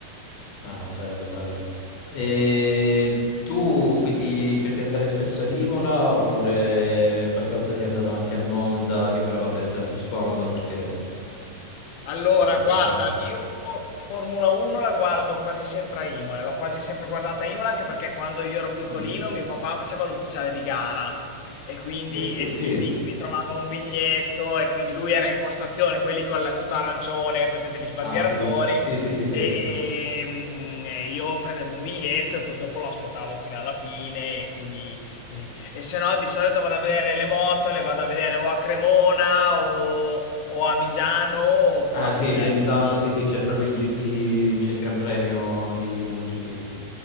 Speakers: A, on the left; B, on the left.
A: no, bello, bello. E tu quindi cerchi di andare spesso ad Imola oppure qualche volta sei andato anche a Monza, che però vabbè sarà più scomodo perché
B: Allora,
A: è da tutt'altra
B: guarda,
A: parte.
B: io for- Formula 1 la guardo quasi sempre a Imola, l'ho quasi sempre guardata a Imola anche perché quando io ero piccolino
A: Mm.
B: mio papà faceva l'ufficiale di gara e quindi,
A: Addirittura,
B: e quindi
A: sì.
B: mi trovava un biglietto e quindi lui era in postazione, quelli con la tuta arancione, presente gli sbandieratori
A: Ah, sì. Sì, sì, sì, sì.
B: e, e, mm, e io prendevo un biglietto e poi dopo lo aspettavo fino alla fine e quindi così. E se no di solito vado a vedere le moto, le vado a vedere o a Cremona o o a Misano oppure
A: Ah
B: al
A: sì,
B: Mugello.
A: che a Misano, sì sì, c'è proprio il GP, c'è il Gran Premio di, di MotoGP.